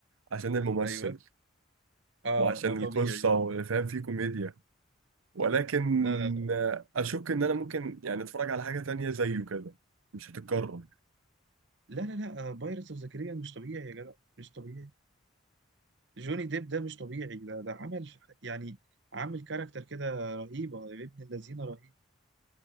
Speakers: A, on the right; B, on the right.
A: عشان الممثل
B: ايوه اه
A: وعشان
B: ما طبيعي
A: القصه وفاهم فيه كوميديا ولكن
B: لا لا لا
A: آه، اشك ان انا ممكن يعني اتفرج على حاجه تانية زيه كده مش هتتكرر
B: لا لا لا بايرتس اوف ذا كاريبيان مش طبيعي يا جدع مش طبيعي جوني ديب ده مش طبيعي ده ده عمل يعني عامل كاركتر كده رهيبة يا ابن الذين رهيب